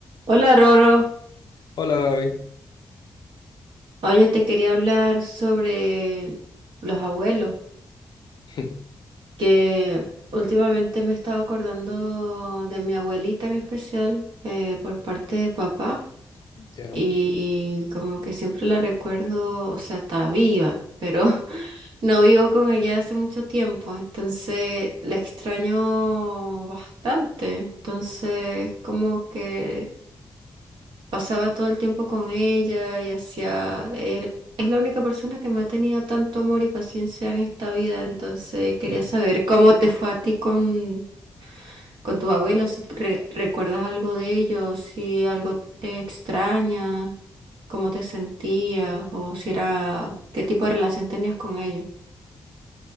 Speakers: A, on the right (about 85°); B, on the left (about 65°).
A: Hola Roro,
B: Hola Gaby.
A: oye, te quería hablar sobre los abuelos,
B: <laughs>
A: que últimamente me estaba acordando de mi abuelita en especial eh, por parte de papá
B: Ya.
A: y como que siempre la recuerdo, o sea, está viva, pero <laughs> no vivo con ella hace mucho tiempo, entonces la extraño bastante, entonces como que pasaba todo el tiempo con ella y hacía... er- es la única persona que me ha tenido tanto amor y paciencia en esta vida, entonces quería
B: Mm,
A: saber cómo te fue a ti con, con tus abuelos, si re- recuerdas algo de ellos, si algo eh, extraña, cómo te sentías o si era... qué tipo de relación tenías con ellos.